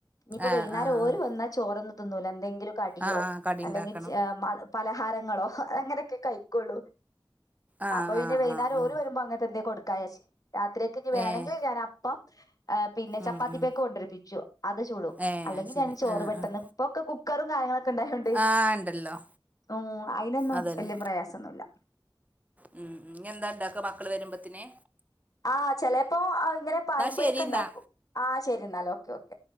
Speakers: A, on the left (about 45°); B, on the right (about 20°).
A: ഇനിയിപ്പ
B: ആഹ്
A: വൈകേരം
B: ആഹ്
A: ഓര്
B: ആഹ്
A: വന്നാ ചോറൊന്ന് തിന്നൂല എന്തെങ്കിലും കടിയോ
B: ആഹ് ആഹ് കടി
A: അല്ലെങ്കിൽ
B: ഇണ്ടാക്കണം
A: ചെ മാ പലഹാരങ്ങളോ അങ്ങനെയൊക്കെ കഴിക്കൊള്ളു
B: ആഹ്
A: അപ്പൊ പിന്നെ
B: ആഹ്
A: വൈകുന്നേരം
B: ആഹ്
A: ഓര്
B: ആഹ്
A: വരുമ്പോ അങ്ങനത്തെ എന്തക്ക കൊടുക്കായച്ച്യ രാത്രിയക്കെ ഇ വേണമെങ്കിൽ
B: ഏഹ്
A: ഞാൻ അപ്പം പിന്നെ ചപ്പാത്തി
B: ഉം ഉം
A: പേക്ക് കൊണ്ടരിപ്പിച്ചു അത് ചൂടും
B: ഏഹ്
A: അല്ലെങ്കിൽ
B: അത് ശരി
A: ഞാൻ ചോറ്
B: ആഹ്
A: പെട്ടെന്ന്
B: ആഹ്
A: ഇപ്പൊക്കെ കുക്കറും കാര്യങ്ങളൊക്കെ ഉണ്ടായോണ്ട്
B: ആഹ് ഇണ്ടല്ലോ
A: ഉം അയിതിനൊന്നും
B: അതന്നെ
A: വല്യ പ്രയാസം ഒന്നുല്ല
B: ഉം ഉം ഇനി എന്താ ഇണ്ടാക്ക മക്കള് വരുമ്പോത്തിനെ
A: ആ ചെിലപ്പോ ഇങ്ങനെ പായംപൊരി
B: ശരി
A: ക്കെ ഉണ്ടാക്കും
B: ന്നാ
A: ആ ശെരി എന്നാൽ ഓക്കേ ഓക്കെ